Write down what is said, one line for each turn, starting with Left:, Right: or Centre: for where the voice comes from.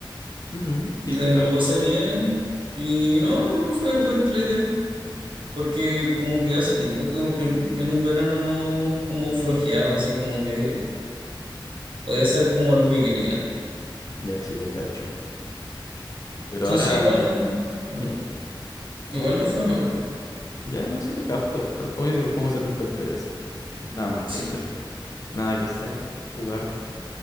Left: Ujú,
Right: Le-
Left: sí, te capto.
Right: lo pasé bien y no, igual fue, fue entrete, porque como que hace tiempo que un- en, en un verano no como flojeaba, así como que podía hacer como lo que quería.
Left: Ya sí te cacho. Pero
Right: Entonces
Left: ahora...
Right: igual no,
Left: ¿Mm?
Right: malo. Igual
Left: ¿Cómo, cómo?
Right: no fue malo.
Left: Ya no, sí te capto. O sea, como, yo digo, como satisfactorio así. Nada más que
Right: Sí,
Left: hacer. Nada que hacer. Jugar.